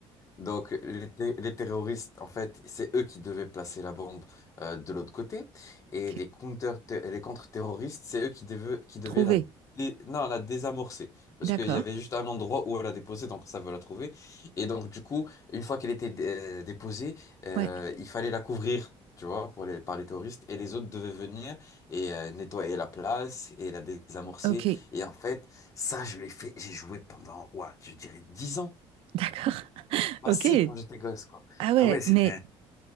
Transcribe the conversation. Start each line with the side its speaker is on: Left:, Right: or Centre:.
Left: Donc, les, té- les terroristes, en fait, c'est eux qui devaient placer la bombe euh, de l'autre côté. Et
Right: Ok.
Left: les counter les contre-terroristes, c'est eux qui devaient, qui devaient
Right: Trouver.
Left: la, dé- non, la désamorcer. Parce
Right: D'accord.
Left: qu'il y avait juste un endroit où elle a déposé, donc ça veut la trouver. Et donc, du coup, une fois qu'elle était dé- déposée, euh,
Right: Ouais.
Left: il fallait la couvrir, tu vois, pour les, par les terroristes. Et les autres devaient venir et euh, nettoyer la place et la désamorcer.
Right: Ok.
Left: Et en fait, ça, je l'ai fait, j'ai joué pendant, ouais, je dirais 10 ans
Right: D'accord. <laughs>
Left: facile
Right: Ok.
Left: quand j'étais gosse, quoi.
Right: Ah ouais,
Left: Ah ouais, c'était...
Right: mais...